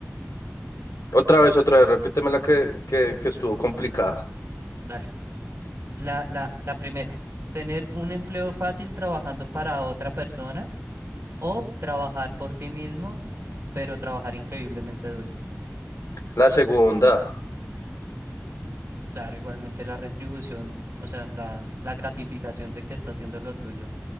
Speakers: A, on the left (about 85°); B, on the right (about 50°).
A: Otra vez, otra vez, repíteme la que, que, que estuvo complicada.
B: Dale. La, la, la primera, tener un empleo fácil trabajando para otra persona o trabajar por ti mismo, pero trabajar increíblemente duro.
A: La segunda.
B: Claro, igualmente la retribución, o sea, la, la gratificación de que está haciendo lo tuyo.